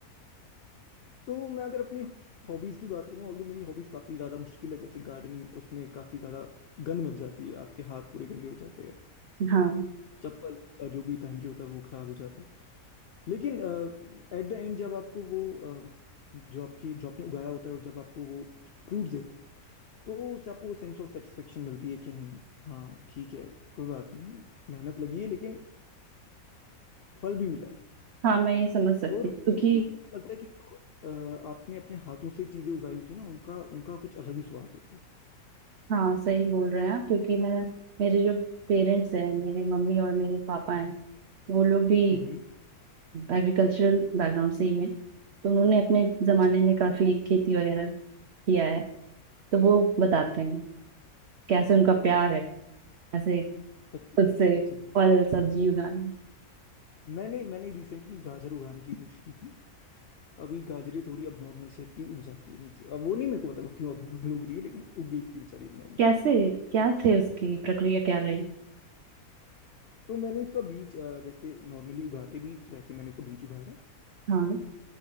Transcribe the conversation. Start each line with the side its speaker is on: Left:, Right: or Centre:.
Left: तो मैं अगर अपनी हॉबीज की बात करूँ ऑल्दो मेरी हॉबीज काफी ज्यादा मुश्किल है जैसे गार्डनिंग उसमें काफी ज्यादा गंद मच जाती है आपके हाथ पूरे गंदे हो जाते हैं
Right: हाँ,
Left: चप्पल अ, जो भी पहन के होता है वो खराब हो जाता है लेकिन एट द एंड जब आपको वो अ, जो आपकी जो आपने उगाया होता है और जब आपको वो फ्रूट देते हैं तो उससे आपको वो सेंस ऑफ सेटिस्फेक्शन मिलती है कि नहीं हाँ ठीक है कोई बात नहीं मेहनत लगी है लेकिन फल भी मिला है
Right: हाँ मैं ये समझ सकती
Left: और
Right: हूँ क्योंकि
Left: लगता है कि जो, अ, आपने अपने हाथों से चीजें उगाई होती है ना उनका उनका कुछ अलग ही स्वाद होता है
Right: हाँ सही बोल रहे हैं आप क्योंकि मैं मेरे जो पेरेंट्स हैं मेरे मम्मी और मेरे पापा हैं वो लोग भी
Left: हम्म
Right: एग्रीकल्चरल बैकग्राउंड से ही हैं तो उन्होंने अपने जमाने
Left: अच्छा
Right: में काफी खेती वगैरह किया है तो वो बताते हैं कैसे उनका प्यार है कैसे खुद
Left: सच्ची
Right: से
Left: सच्ची सच्ची
Right: फल सब्जी उगाना
Left: मैंने मैंने रिसेंटली गाजर उगाने की कोशिश की थी अभी गाजरे थोड़ी अब नॉर्मल शेप की उग जाती है नीचे अब वो नहीं मेरे को पता वो क्यों अब नॉर्मल उग रही है लेकिन उग गई थी बेचारी अब नॉर्मल
Right: कैसे
Left: शेप
Right: क्या थे उसकी प्रक्रिया क्या रही
Left: तो मैंने उसका बीज अ, जैसे नॉर्मली उगाते बीज वैसे ही मैंने उसका बीज उगाया था
Right: हाँ